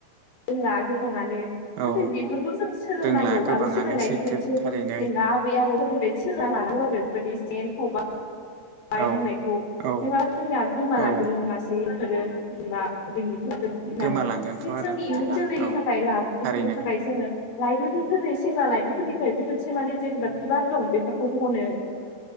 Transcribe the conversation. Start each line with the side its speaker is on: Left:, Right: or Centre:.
Left: <unintelligible> नो जोंहा थाङा ने नाथाय
Right: औ
Left: बेफोरखौ जों सोलोंनांगौ
Right: रोंला गोबाङानो
Left: आरो सोलोंनायनि
Right: सैथो
Left: मोनसे
Right: थारैनो
Left: जेनेबा आबै-आबौ बेबायदि सना लानांगौ आरो बेफोरबायदि सेन खबा बाय
Right: औ
Left: बुंनायखौ
Right: औ
Left: नोंहा जोंना गोमालांगोन
Right: औ
Left: नङासै <unintelligible>
Right: गोमालांगोनथ'
Left: <unintelligible>
Right: आरो
Left: जोंनि
Right: बिदिबा
Left: इयुन जोलैनि
Right: औ
Left: थाखाय फाय लाखिनो
Right: थारैनो
Left: थाखाय जोङो लाइमोनफोरनि सेंबा लाइमोनफोरनिफ्रायबो मोनसे माने जेनेबा बिबार दं बेफोरखौ हमनो